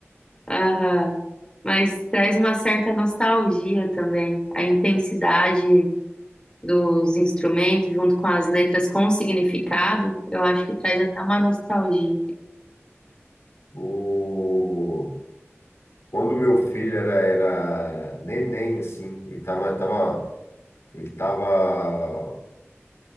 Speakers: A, on the left (about 20°); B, on the left (about 70°).
A: Aham. Mas traz uma certa nostalgia também, a intensidade dos instrumentos junto com as letras com significado, eu acho que traz até uma nostalgia.
B: O... Quando meu filho era, era neném, assim, ele tava, tava, ele tava,